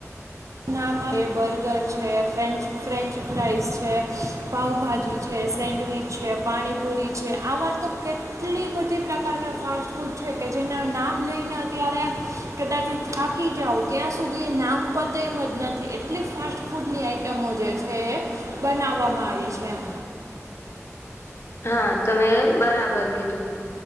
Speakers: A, on the right; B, on the left.
A: નામ બર્ગર છે, ફ્રેન્ચ ફ્રેન્ચ ફ્રાઈસ છે, પાઉભાજી છે, સેન્ડવીચ છે, પાણીપુરી છે આવા તો કેટલી બધી પ્રકારના ફાસ્ટ ફૂડ છે કે જેના નામ લઈને અત્યારે કદાચ હું થાકી જાવ ત્યાં સુધી એ નામ પોતે એમજ ન એટલી ફાસ્ટ ફૂડની આઈટમો જે છે એ બનાવવામાં આવી છે એમ.
B: હા તમે બરાબર કીધું.